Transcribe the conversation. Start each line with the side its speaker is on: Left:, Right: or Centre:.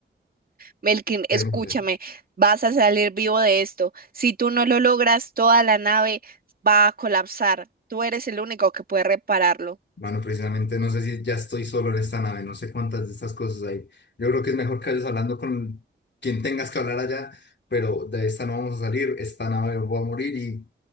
Right: Melkin, escúchame.
Left: Eh, no sé.
Right: Vas a salir vivo de esto. Si tú no lo logras, toda la nave va a colapsar. Tú eres el único que puede repararlo.
Left: Bueno, precisamente no sé si ya estoy solo en esta nave, no sé cuántas de estas cosas hay. Yo creo que es mejor que vayas hablando con quien tengas que hablar allá, pero de esta no vamos a salir, esta nave va a morir y